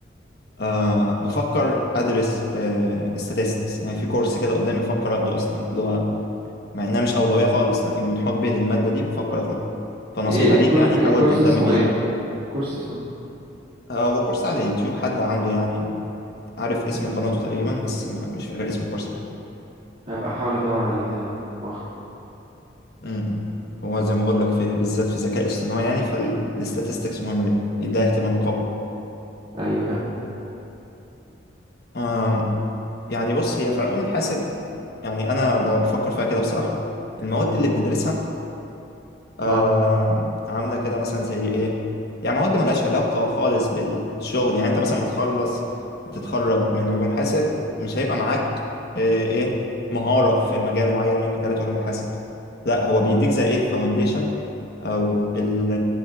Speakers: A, on the left; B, on the right.
A: آه بفكر ادرس آه statistics يعني في كورس كده قدامي بفكر اخده اصلا اللي هو مع انها مش اولويه خالص لكن من حبي للماده دي بفكر اخدها فنصيحه
B: ايه الكورس
A: ليك يعني
B: الكورس
A: حاول تهتم
B: اسمه
A: بيها
B: ايه الكورس اسمه ايه
A: هو كورس على يوتيوب حد عامله يعني عارف اسم
B: امم
A: قناته تقريبا بس ما- مش فاكر اسم الكورس تحديدا
B: هبقى احاول ادور عليه كده واخد
A: م-م. هو زي ما بقول لك في بالذات في ذكاء اصطناعي يعني فالاستاتستكس مهمة جدا يديها اهتمام قوي
B: ايوه فاهم
A: آم، يعني بص هي في علوم الحاسب يعني انا ب- بفكر فيها كده بصراحة المواد اللي بندرسها آه
B: اه
A: عامله كده مثلا زي ايه يعني مواد ملهاش علاقه خالص بالشغل يعني انت مثلا متخلص تتخرج من علوم حاسب مش هيبقى معاك آه، ايه مهاره في مجال معين من مجالات علوم الحاسب لا هو بيديك زي ايه فاونديشن او ال-